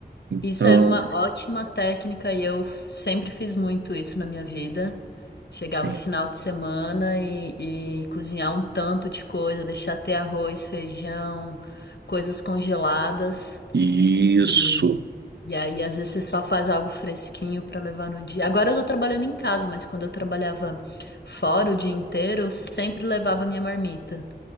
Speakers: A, on the right; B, on the left.
A: Então,
B: Isso é uma ótima técnica e eu f- sempre fiz muito isso na minha vida. Chegava
A: sim,
B: final de semana e, e cozinhar um tanto de coisa, deixar ter arroz, feijão, coisas congeladas.
A: isso.
B: E, e aí, às vezes, você só faz algo fresquinho para levar no dia. Agora eu tô trabalhando em casa, mas quando eu trabalhava fora o dia inteiro, eu sempre levava minha marmita.